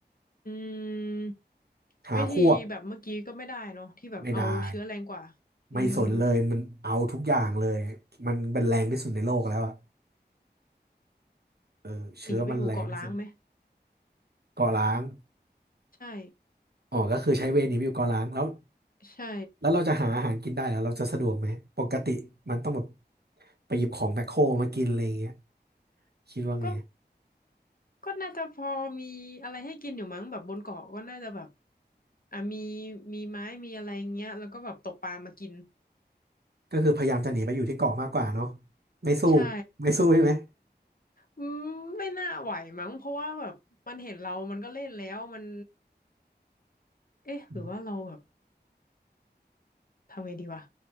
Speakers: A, on the left (about 55°); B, on the right (about 65°).
A: อืม
B: หาพวก
A: วิธีแบบเมื่อกี้ก็ไม่ได้เนาะที่แบบเอาเชื้อแรงกว่าอืม
B: ไม่ได้ไม่สนเลยมันเอาทุกอย่างเลยมันเป็นแรงที่สุดในโลกแล้วอ่ะเออเชื้อมันแรงที่สุด
A: หนีไปอยู่เกาะล้างไหม
B: ก่อร้าง
A: ใช่
B: อ๋อ ก็คือใช้เวย์หนีไปอยู่เกาะล้างแล้ว
A: ใช่
B: แล้วเราจะหาอาหารกินได้แล้วเราจะสะดวกไหม ปกติมันต้องแบบไปหยิบของแมคโครมากินอะไรอย่างเงี้ยคิดว่าไง
A: ก็ก็น่าจะพอมีอะไรให้กินอยู่มั้งแบบบนเกาะก็น่าจะแบบอ่ะมีมีไม้มีอะไรเงี้ยแล้วก็แบบตกปลามากิน
B: ก็คือพยายามจะหนีไปอยู่ที่เกาะมากกว่าเนาะไม่สู้
A: ใช่
B: ไม่สู้ใช่ไหม
A: อืมไม่น่าไหวมั้งเพราะว่าแบบมันเห็นเรามันก็เล่นแล้วมันเอ๊ะหรือว่าเราแบบ
B: อืม
A: ทำไงดีวะ